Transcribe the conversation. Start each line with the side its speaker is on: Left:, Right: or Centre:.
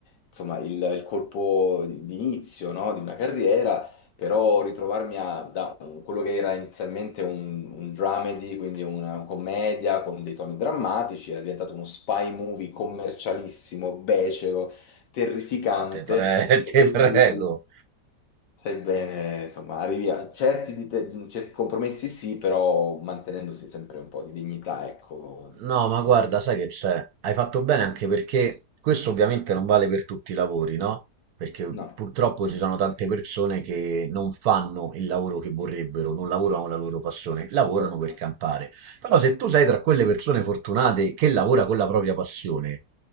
Left: insomma, il, il colpo d'inizio, no? Di una carriera, però ritrovarmi a, da quello che era inizialmente un, un dramedy, quindi una commedia con dei toni drammatici, era diventato uno spy movie commercialissimo, becero terrificante
Right: No, te prego,
Left: e
Right: <laughs> te
Left: quindi
Right: prego.
Left: sai bene, insomma, arrivi a certi, di te- certi compromessi sì, però mantenendosi sempre un po' di dignità, ecco,
Right: No,
Left: e
Right: ma
Left: quindi
Right: guarda, sai che c'è? Hai fatto bene anche perché questo ovviamente non vale per tutti i lavori, no? Perché
Left: no,
Right: purtroppo ci sono tante persone che non fanno il lavoro che vorrebbero, non lavorano la loro passione, lavorano
Left: certo,
Right: per campare. Però se tu sei tra quelle persone fortunate che lavora con la propria passione,